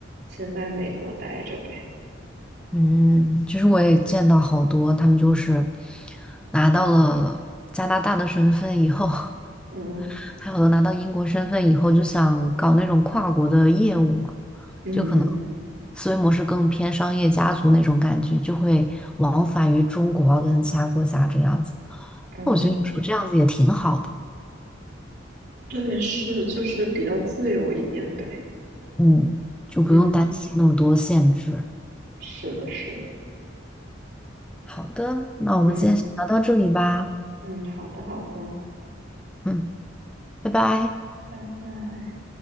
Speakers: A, on the right; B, in the centre.
A: 先在美国待着呗。
B: 嗯，其实我也见到好多，他们就是拿到了加拿大的身份以后，<laughs>
A: 嗯
B: 还有的拿到英国身份以后，就想搞那种跨国的业务嘛，
A: 嗯嗯
B: 就可能思维模式更偏商业家族那种感觉，就会往返于中国啊跟其他国家这样子。
A: 嗯，
B: 那我觉得有时候这样子也挺好的。
A: 对，是就是比较自由一点呗。
B: 嗯，就不用担心那么多限制。
A: 嗯，是的，是的。
B: 好的，那我们今天先聊到这里吧。
A: 嗯嗯，好的好的，
B: 嗯，拜拜。
A: 拜拜。